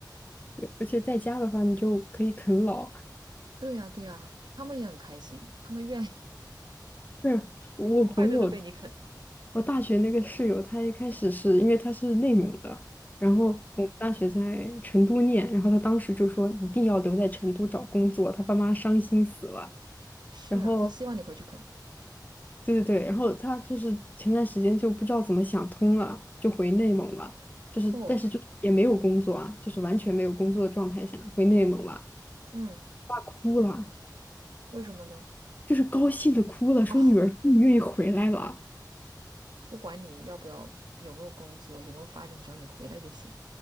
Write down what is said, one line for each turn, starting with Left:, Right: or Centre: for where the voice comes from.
Left: 对而且在家的话，你就可以啃老。
Right: 对呀，对呀，他们也很开心，他们愿意 <laughs>
Left: 对，我朋友，
Right: 快乐的被你啃。
Left: 我大学那个室友，他一开始是因为他是内蒙的，然后我们大学在成都念，
Right: 哦，
Left: 然后他当时就说一定要留在成都找工作，他爸妈伤心死了。
Right: 是啊，
Left: 然后
Right: 他希望你回去啃。
Left: 对对对，然后他就是前段时间就不知道怎么想通了，就回内蒙了，就是但是就也没有工作啊，
Right: 哦，
Left: 就是完全没有工作的状态下回内蒙了，
Right: 嗯，
Left: 爸哭了，
Right: 为什么呢？
Left: 就是高兴的哭了，说女儿终于愿意回来了。
Right: 哦，不管你要不要，有没有工作，有没有发展，只要你回来就行。